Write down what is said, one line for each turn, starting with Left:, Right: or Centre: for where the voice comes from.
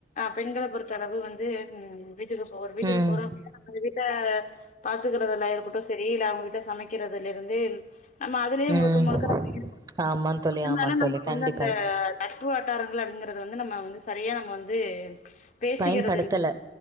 Left: பெண்கள பொறுத்த அளவு வந்து உ வீட்டுக்கு போ வீட்டுக்கு
Right: ம்
Left: போறோ அந்த வீட்ட பாத்துக்கறதா இருக்கட்டு செரி இல்ல அவங்க வீட்ட சமைக்கிறதுல இருந்து நம்ம அதுலையே
Right: ம்
Left: முழுக்க முழுக்க நம்ம ஈடுப
Right: ஆமா தோழி
Left: அதனால
Right: ஆமா தோழி
Left: நமக்கு
Right: கண்டிப்பா
Left: வந்து அந்த நட்ப வட்டாரங்கள் அங்கறிறது வந்து நம்ம வந்து சரியா நம்ம வந்து பேசிக்கிறது
Right: பயன்படுத்தல
Left: இல்ல